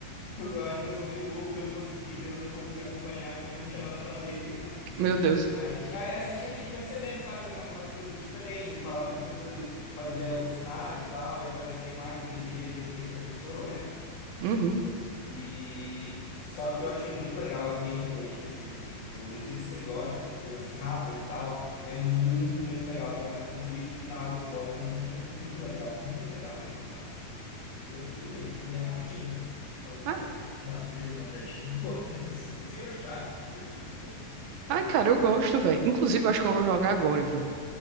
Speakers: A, on the left (about 80°); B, on the right (about 75°).
A: <laughs> Eu acho que eu sou meio bobo porque eu não consegui, eu não consegui acompanhar porque não tinha nada pra ler.
B: Meu Deus.
A: <laughs> Aí, tu, ti- aí, aí você tinha que ir percebendo, sabe, uma, umas coisas diferentes. Ele falava com as pessoas, fazia os sinais e tal, e aparecia a imagem que ele queria dizer pra pessoa, né?
B: Uhum.
A: E só que eu achei muito legal a gameplay específica, tipo, não sei se você gosta de jogo assim rápido e tal, ele é muito, muito legal, tu vai matando os bichos e na hora do boss é muito, muito legal, muito legal mesmo, sabe? Tipo, divertido mesmo. E ele é rapidinho. Então tá
B: Ah,
A: aí uma sugestão pra ti, <laughs> se gostar desse tipo de jogo.
B: ai, cara, eu gosto, velho. Inclusive, eu acho que eu vou jogar agora, velho.